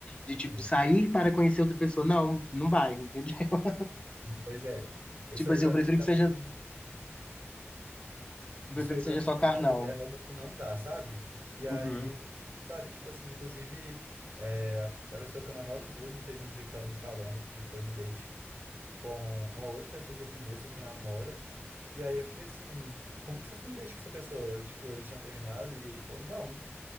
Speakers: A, on the left; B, on the right.
A: De, tipo,
B: sim.
A: sair para conhecer outra pessoa. Não, não vai, entendeu? <laughs>
B: Pois é. Isso
A: Tipo
B: aí
A: assim,
B: pra
A: eu prefiro
B: mim também,
A: que seja, eu
B: isso
A: prefiro
B: aí
A: que
B: para
A: seja
B: mim
A: só
B: também
A: carnal.
B: é algo, é algo que não dá, sabe? E
A: Uhum.
B: aí, sabe, tipo assim, inclusive, é, a a pessoa que eu namoro mesmo teve um dia que tava me falando que foi num date com uma outra pessoa que eu conheço que namora. E aí eu fiquei assim, como que você foi no date com essa pessoa? Tipo, eles tinham terminado e ele falou, não,